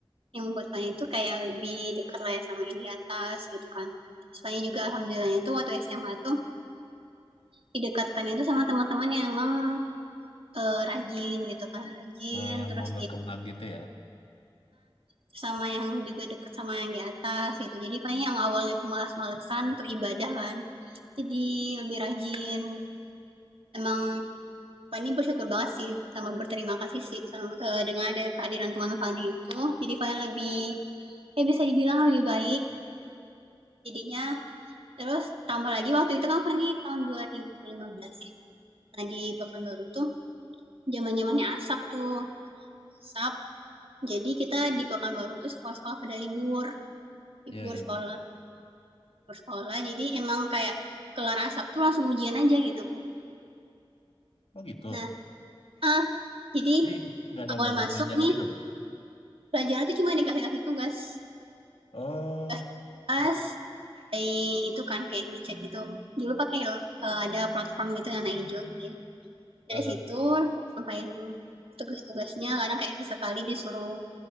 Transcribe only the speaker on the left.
Eh, yang
mau berkembang
gitu ya.
Iya iya
iya.
Oh gitu.
Jadi nggak ada
belajar-belajar
gitu.
Oh,
kasih.
Aha.